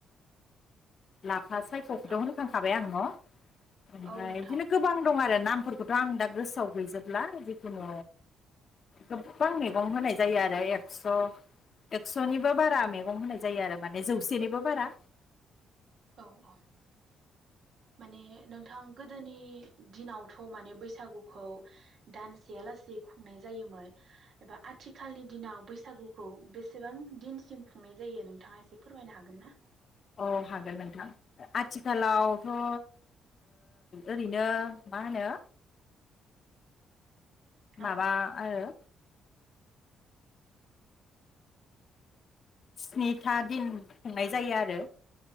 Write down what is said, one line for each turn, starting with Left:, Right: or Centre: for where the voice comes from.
Left: ना फा सायख'खौथ' होनोखांखाबाय
Right: औ
Left: आं न' ओमफाय
Right: औ नोंथां
Left: इदिनो गोबां दं आरो ना फोरफोरखौथ' आं दा गोसोआव गैजोबला जिखुनु गोबां मैगं होनाय जायो आरो एक्स एक्सनिबो बारा मैगं होनाय जायो आरो माने जौसेनिबो बारा।
Right: औ औ माने नोंथां गोदोनि दिनावथ' माने बैसागुखौ दानसेया लासे खुंनाय जायोमोन एबा आथिखालनि दिनाव बैसागुखौ बेसेबां दिनसिम खुंनाय जायो नोंथाङा एसे फोरमायनो हागोन ना?
Left: अ हागोन नोंथां। ओ आथिखालावथ' ओ ओरैनो मा होनो? माबा
Right: औ
Left: आरो स्निथा दिन खुंनाय जायो आरो